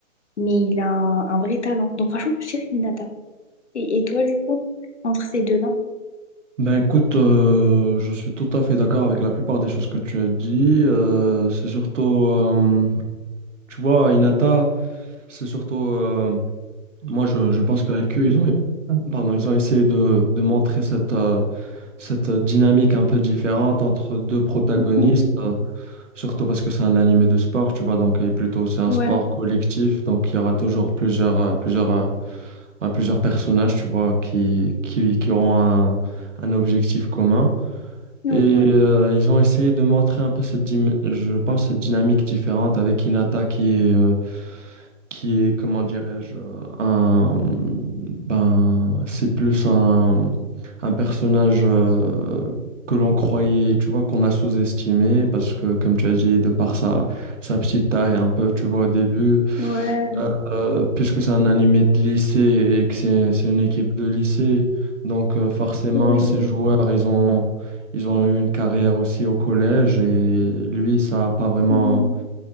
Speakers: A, on the left; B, on the right.
A: Mais il a un, un vrai talent. Donc, franchement, chérie Nata. Et, et toi, du coup, entre ces deux-là?
B: Ben écoute, euh, je suis tout à fait d'accord avec la plupart des choses que tu as dit. Euh, c'est surtout, euh, tu vois, Inata, c'est surtout, euh, moi je, je pense qu'avec eux, ils ont, pardon, ils ont essayé de, de montrer cette, euh, cette dynamique un peu différente entre deux protagonistes,
A: Mmh.
B: euh, surtout parce que c'est un animé de sport, tu vois, donc et plutôt c'est un
A: Ouais,
B: sport collectif, donc il y aura toujours plusieurs, euh, plusieurs, euh, ouais, plusieurs personnages, tu vois, qui, qui, qui auront un un objectif commun.
A: ouais,
B: Et euh, ils ont essayé de montrer un peu cette, dim- je pense, cette dynamique différente avec Hinata qui est, euh, qui est, comment dirais-je, euh, un, ben, c'est plus un, un personnage euh, que l'on croyait, tu vois, qu'on a sous-estimé parce que, comme tu as dit, de par sa, sa petite taille un peu, tu vois, au début.
A: ouais,
B: Euh, euh, puisque c'est un animé de lycée et que c'est c'est une équipe de lycée, donc euh, forcément
A: oui,
B: ces joueurs ils ont ils ont eu une carrière aussi au collège et lui ça a pas vraiment
A: mhm.